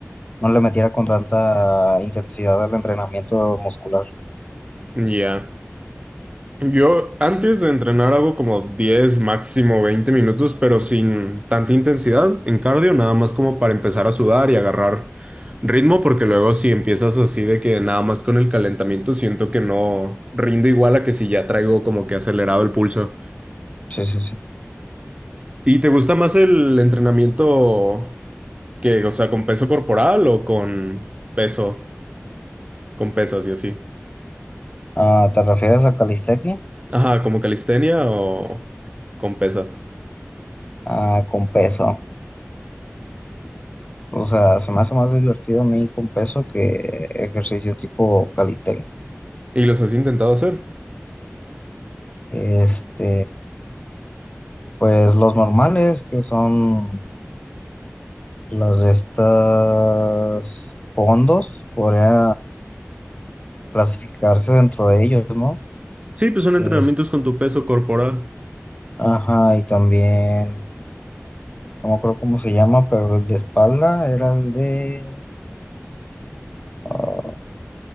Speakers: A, on the left; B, on the right.
A: no le metiera con tanta intensidad al entrenamiento muscular.
B: Ya. Yo antes de entrenar hago como 10 máximo 20 minutos, pero sin tanta intensidad en cardio, nada más como para empezar a sudar y agarrar ritmo, porque luego si empiezas así de que nada más con el calentamiento siento que no rindo igual a que si ya traigo como que acelerado el pulso.
A: Sí, sí, sí.
B: ¿Y te gusta más el entrenamiento que, o sea, con peso corporal o con peso, con pesas y así?
A: Ah, ¿te refieres a calistecnia?
B: Ajá, como calistenia o con pesas.
A: Ah, con peso. O sea, se me hace más divertido a mí con peso que ejercicio tipo calistecnia.
B: ¿Y los has intentado hacer?
A: Este, pues los normales, que son las de estas fondos, podría clasificarse dentro de ellos, ¿no?
B: Sí, pues son
A: Es,
B: entrenamientos con tu peso corporal.
A: ajá, y también. no me acuerdo cómo se llama, pero el de espalda era el de... ah,